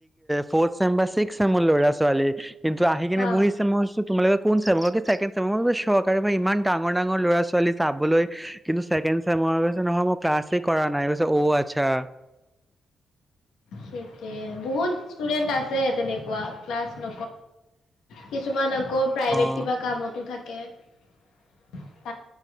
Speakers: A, in the centre; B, on the left.
A: ফৰ্ চেম বা ছিক্স চেম লৰা ছোৱালী কিন্তু আহি কিনে
B: হা
A: বহি মইছো তোমালোকে কোন চেমাকে সহকাৰে ইমান ডাঙৰ ডাঙৰ ল'ৰা ছোৱালী চাবলৈ কিন্তুকে নহয় মই ক্লা কৰা নাই অ আছা
B: সেইটোয়ে বহুত ষ্টুডেন্ট আছে তেনেকুৱা ক্লাছ ন কিছুমান আকৌ প্ৰাইভেট
A: অ
B: কিবা কামতো থাকে এক একে